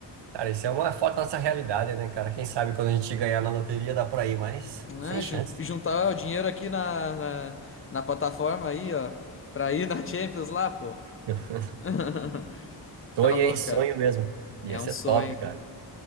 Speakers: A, on the right; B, on the left.
A: cara, isso é uma foto da nossa realidade, né, cara? Quem sabe quando a gente ganhar na loteria dá por aí, mas
B: Né?
A: sem chance.
B: jun- Juntar o dinheiro aqui na, na, na plataforma aí, ó, pra ir na Champions lá, pô.
A: <laughs>
B: <laughs>
A: Sonho,
B: Tá louco,
A: hein? Sonho
B: cara.
A: mesmo. Ia
B: É um
A: ser
B: sonho.
A: top, cara.